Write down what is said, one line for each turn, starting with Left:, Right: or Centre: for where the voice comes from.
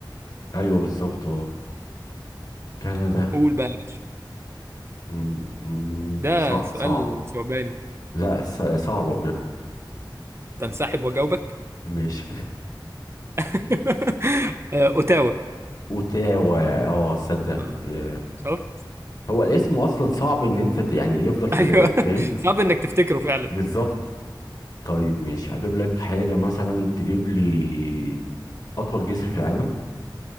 Left: ايوه بالظبط اه كندا
Right: قول بقى يا باشا
Left: مم، مم،
Right: ده
Left: صع-
Right: سؤال
Left: صعبة
Right: ثعباني
Left: لا ص- صعبة بجد
Right: تنسحب واجاوبك
Left: ماشي
Right: <laughs> آه، اوتاوا
Left: اوتاوا اه صدق
Right: آه،
Left: ياه.
Right: شفت
Left: هو الاسم اصلا صعب ان انت ت- يعني يفضل
Right: <laughs>
Left: في
Right: ايوه
Left: بالك فاهم
Right: صعب انك تفتكره فعلا
Left: بالظبط طيب ماشي هجيب لك حاجة مثلا تجيب لي اطول جسر في العالم